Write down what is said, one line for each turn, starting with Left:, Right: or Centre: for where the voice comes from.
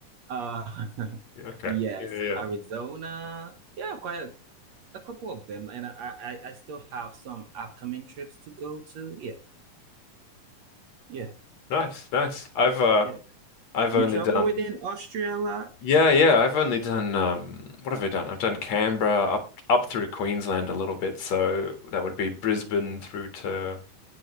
Right: Uh, <laughs>
Left: Yeah, Okay.
Right: yes,
Left: Yeah, yeah.
Right: Arizona. Yeah, quite a, a couple of them, and I, I I still have some upcoming trips to go to. Yeah, yeah,
Left: Nice, nice. I've uh
Right: yeah.
Left: I've
Right: You
Left: only
Right: travel
Left: done
Right: within Austria a lot?
Left: Yeah, yeah. I've only done um what have I done? I've done Canberra up up through Queensland a little bit, so that would be Brisbane through to